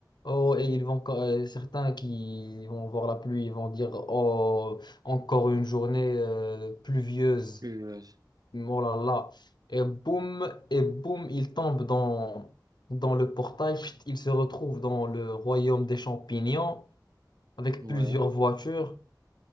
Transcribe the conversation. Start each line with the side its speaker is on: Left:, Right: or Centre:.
Left: Oh, et ils vont, co- euh, certains qui vont voir la pluie, ils vont dire, oh, encore une journée euh, pluvieuse.
Right: Plus- euh,
Left: Oh là là. Et boum, et boum, ils tombent dans, dans le portail. Chut, Ils se retrouvent dans le royaume des champignons avec
Right: Ouais.
Left: plusieurs voitures